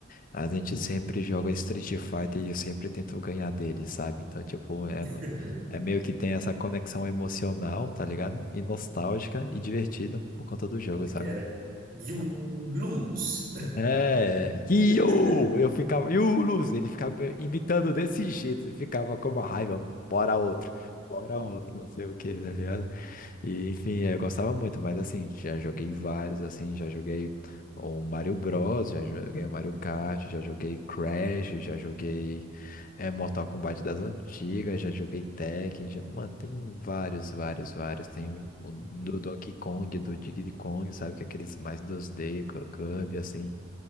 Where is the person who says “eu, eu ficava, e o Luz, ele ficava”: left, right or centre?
Left